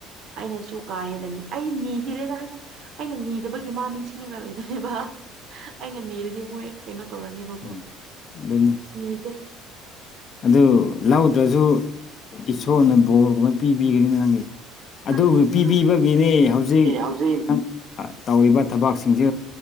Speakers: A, on the right (about 60°); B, on the left (about 50°).
A: ꯑꯩꯅꯁꯨ ꯀꯥ ꯍꯦꯟꯅ ꯑꯩ ꯅꯤꯗꯔꯦꯗ ꯍꯥꯏꯗꯤ ꯑꯩꯅ ꯅꯤꯗꯕꯒꯤ ꯃꯥ ꯅꯤꯡ ꯂꯩꯕꯅꯦꯕ ꯑꯩꯅ ꯅꯤꯔꯗꯤ ꯃꯣꯏ ꯀꯩꯅꯣ ꯇꯧꯔꯅꯦꯕꯀꯣ
B: ꯎꯝ ꯑꯗꯨꯅꯤ
A: ꯅꯤꯗꯦ
B: ꯑꯗꯨ ꯂꯧꯗ꯭ꯔꯁꯨ ꯏꯁꯣꯔꯅ ꯕꯣꯜꯒꯨꯝꯕ ꯄꯤꯕꯤꯒꯅꯤꯅ ꯅꯪꯒꯤ ꯑꯗꯨꯕꯨ
A: ꯑꯗꯨꯅꯦ
B: ꯄꯤꯕꯤꯕꯒꯤꯅꯦ
A: ꯍꯣꯏ
B: ꯍꯧꯖꯤꯛꯪ
A: ꯑꯦ ꯍꯧꯖꯤꯛ
B: ꯇꯧꯔꯤꯕ ꯊꯕꯛꯁꯤꯡꯁꯦ